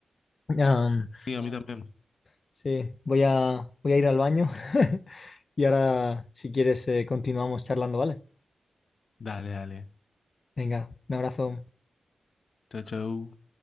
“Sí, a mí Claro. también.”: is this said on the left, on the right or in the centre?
Left